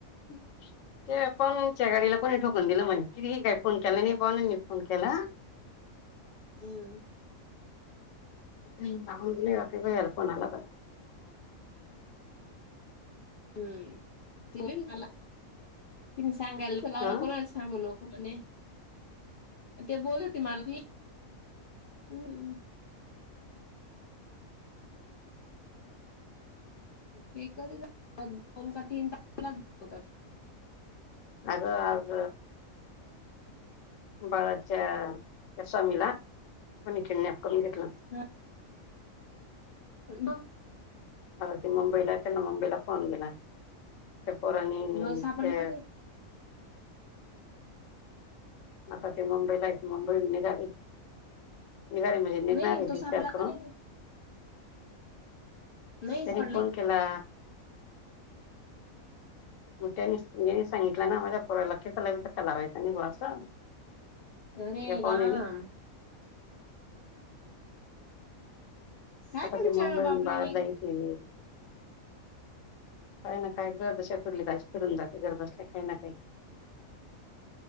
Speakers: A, on the left (about 70°); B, on the left (about 55°).
A: ते पणच्या गाडीला कोणी ठोकून दिलं म्हणे तिरी काय फोन केला नाही पाऊ फोन केला
B: हम्म
A: लागून ग बा अल्पणला क
B: हम् त ति सांगायला लावलं
A: हा
B: कोणाला सांगू नकोणे ते बोलत ते मालवी हम् ते कधी दोन तीनात.
A: अग अग बाळाच्या त्या स्वामीला आणि किडनॅप करून घेतलं.
B: ह ब
A: आ ते मुंबईला त्यांना मुंबईला फोन गेला त्या पोरनी
B: मग सापडला
A: त्या.
B: का नाही?
A: आता ते मुंबईला य ते मुंबई निघाली निघाली म्हणजे निघणारे
B: नाही तो
A: डी
B: सापडला
A: चार करून.
B: का नाही? नाही
A: त्यांनी
B: सापडला.
A: फोन केला. मोठ्यानी सांगितलं ना माझ्या पुोरा केसा ला पण धक्का लावायचं नि ब असं.
B: अरे
A: ज पणे
B: राम
A: ह.
B: काय
A: आता
B: त्यांच्या
A: ते मुंबईहून
B: बापरे
A: बाळतला येथे येईल. काही ना काही गरद अशा फरली तशी फिरून जाते गरज असल्या काही ना काही.